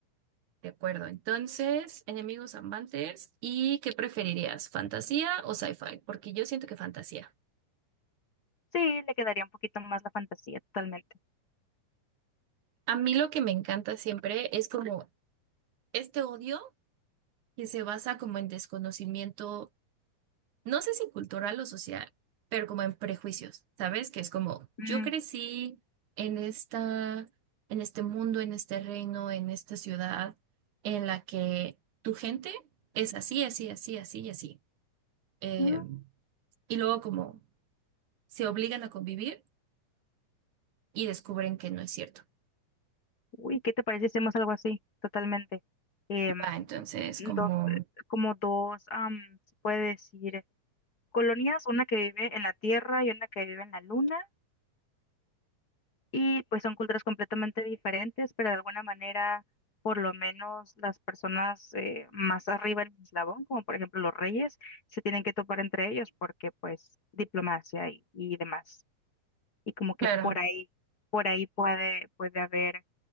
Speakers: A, on the right; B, on the left.
A: De acuerdo, entonces, enemigos amantes ¿y qué preferirías? ¿Fantasía o sci-fi? Porque yo siento que fantasía.
B: Sí, le quedaría un poquito más la fantasía, totalmente.
A: A mí lo que me encanta siempre es como este odio que se basa como en desconocimiento, no sé si cultural o social, pero como en prejuicios, ¿sabes? Que es como yo
B: Mm,
A: crecí en esta, en este mundo, en este reino, en esta ciudad en la que tu gente es así, así, así, así y así. Em,
B: ujú.
A: y luego como se obligan a convivir y descubren que no es cierto.
B: Uy, ¿qué te parece si hacemos algo así? Totalmente. Em,
A: Va, entonces, como,
B: dos, como dos, am, se puede decir, colonias, una que vive en la Tierra y una que vive en la Luna, y pues son culturas completamente diferentes, pero de alguna manera, por lo menos las personas eh, más arriba en el eslabón, como por ejemplo los reyes, se tienen que topar entre ellos porque pues diplomacia y, y demás. Y como que
A: claro,
B: por ahí, por ahí puede, puede haber